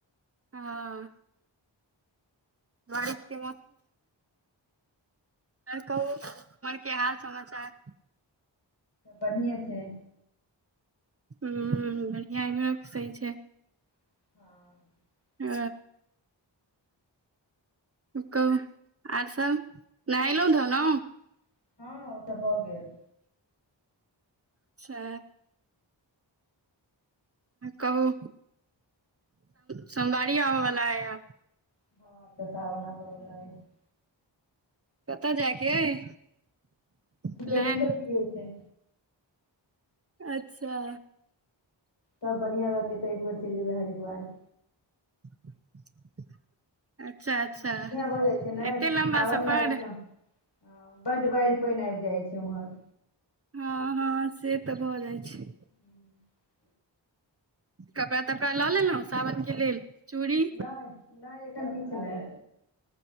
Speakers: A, on the right; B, on the left.
A: हँ। बारिश के मौसम आर कहु उम्हर के हाल समाचार?
B: बन्हिए छैय।
A: हूं बढ़िआ अय ने सही छैय।
B: <inaudible>
A: ओ कहू आओर सब नहेलहुँ
B: आओर
A: धोलहुँ?
B: सब हँ ओ तऽ भऽ गेल।
A: अच्छा कहू सोमवारी आबऽवला अय आब।
B: <unintelligible>
A: कतऽ जायके अइ? प्लान
B: देखियौ कि होइ छैय।
A: अच्छा
B: सब बढ़िआँ रहतै तऽ एक बेर चलि जेबै हरिद्वार।
A: <inaudible> अच्छा
B: लइहे
A: अच्छा
B: भऽ जाइ छैय ने
A: एते लम्बा
B: सावनमें
A: सफर
B: आइब कऽ। ह बड्ड बाढ़ि पानि आबि जाइ छैय ओम्हर।
A: हँ हँ से तऽ भऽ जाइ छैय।
B: <inaudible>
A: कपड़ा तपड़ा लऽ लेलहुँ सावनके लेल? चूड़ी
B: नहि नहि एखन किछु नहि।